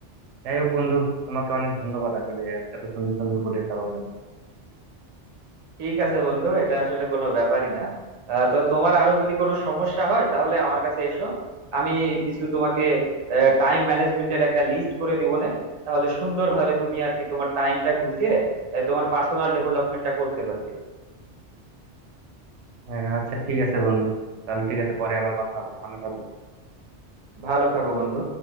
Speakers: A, on the right; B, on the right.
A: যাই হোক বন্ধু তোমাকে অনেক ধন্যবাদ আসলে এত সুন্দর সুন্দর উপদেশ দেওয়ার জন্য
B: ঠিক আছে বন্ধু এটা আসলে কোনো ব্যাপারই না আহ, তো তোমার আরো যদি কোনো সমস্যা হয় তাহলে আমার কাছে এসো আমি কিছু তোমাকে টাইম ম্যানেজমেন্টের একটা লিস্ট করে দিব না তাহলে সুন্দরভাবে তুমি আর কি তোমার টাইমটা গুছিয়ে আহ, তোমার পার্সোনাল ডেভেলপমেন্টটা করতে পারবে
A: আহ, আচ্ছা ঠিক আছে বন্ধু তাহলে ঠিক আছে পরে আবার কথা হবে ভালো থাকো
B: ভালো থাকো বন্ধু